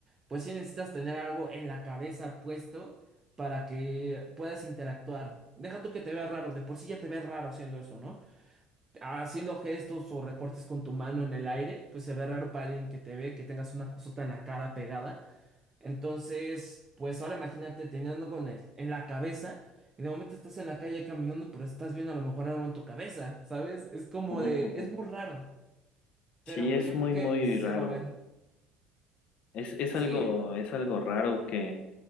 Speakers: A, on the right; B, on the left.
A: pues sí necesitas tener algo en la cabeza puesto para que puedas interactuar. Deja tú que te vea raro, de por sí ya te ves raro haciendo eso, ¿no? Haciendo gestos o recortes con tu mano en el aire, pues se ve raro para alguien que te ve, que tengas una cosota en la cara pegada. Entonces, pues ahora imagínate teniendo con el en la cabeza y de momento estás en la calle caminando, pero estás viendo a lo mejor algo en tu cabeza, ¿sabes? Es como
B: Ujú,
A: de,
B: ujú.
A: es muy raro, pero
B: Sí,
A: pues
B: es
A: yo
B: muy,
A: creo que
B: muy
A: se
B: raro.
A: va a ver.
B: Es, es
A: Sí,
B: algo, es algo raro que,